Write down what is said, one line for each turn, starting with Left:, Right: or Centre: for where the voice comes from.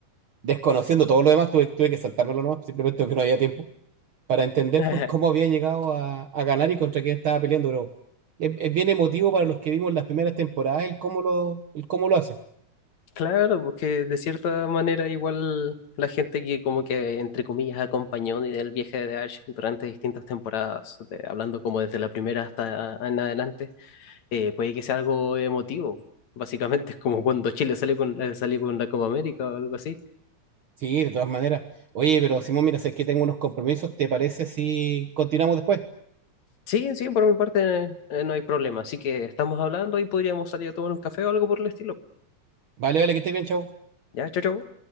Right: desconociendo todo lo demás, tuve, tuve que saltármelo nomás, simplemente porque no había tiempo, para entender
Left: <laughs>
Right: por cómo había llegado a, a ganar y contra quién estaba peleando, pero es, es bien emotivo para los que vimos las primeras temporadas el cómo lo, el cómo lo hace.
Left: Claro, porque de cierta manera igual la gente que como que entre comillas acompañó el viaje de Ash durante distintas temporadas, de- hablando como desde la primera hasta en adelante, eh, puede que sea algo emotivo. Básicamente es como cuando Chile salió con, eh, salió con la Copa América o algo así.
Right: Sí, de todas maneras. Oye, pero Simón, mira, sé que tengo unos compromisos, ¿te parece si continuamos después?
Left: Sí, sí, por mi parte eh, no hay problema. Así que estamos hablando y podríamos salir a tomar un café o algo por el estilo.
Right: Vale, vale, que estés bien, chao.
Left: Ya, chao, chao.